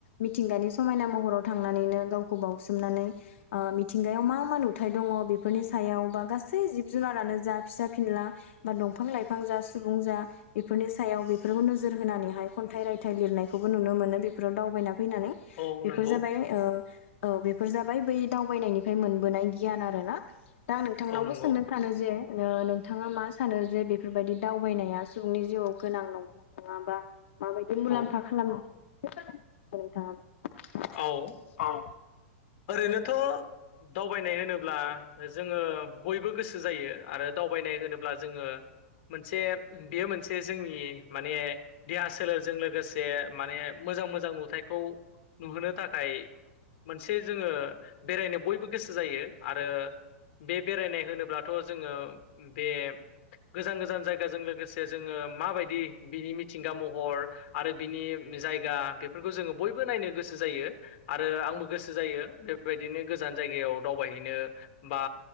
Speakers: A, on the left (about 65°); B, on the left (about 45°).
A: मिथिंगानि समायना महराव थांनानैनो गावखौ बाउसोमनानै मिथिंगायाव मा मा नुथाय दङ बेफोरनि सायाव बा गासै जिब जुनारानो जा फिसा फिनला बा दंफां लाइफां जा सुबुं जा बेफोरनि सायाव बेफोरखौ नोजोर होनानैहाय खन्थाइ रायथाइ लिरनायखौबो नुनो मोनो बेफोराव दावबायना फैनानै
B: औ
A: बेफोर
B: नंगौ
A: जाबाय औ बेफोर जाबाय बै दावबायनायनिफ्राय मोनबोनाय गियान आरो ना दां नोंथांनावबो
B: औ नंगौ
A: सोंनो सानो जे नोंथाङा मा सानो जे बेफोरबायदि दावबायनाया सुबुंनि जिउआव गोनां नंगौना नङा बा माबायदि मुलाम्फा
B: औ
A: खालामनो हायो <inaudible> फोरमाय <inaudible> नोंथाङाबो
B: औ
A: औ
B: ओरैनोथ' दावबायनाय होनोब्ला जोङो बयबो गोसो जायो आरो दावबायनाय होनोब्ला जोङो मोनसे बेयो मोनसे जोंनि माने देहा सोलेरजों लोगोसे माने मोजां मोजां नुथाइखौ नुहोनो थाखाय मोनसे जोङो बेरायनो बयबो गोसो जायो आरो बे बेरायनाय होनोब्लाथ' जोङो बे गोजान गोजान जायगाजों लोगोसे से जोङो मा बादि बिनि मिथिंगा महर आरो बि बि जायगा बेफोरखौ जोङो बयबो नायनो गोसो जायो आरो आंबो गोसो जायो बेबायदिनो गोजान जायगायाव दावबायहैनो बा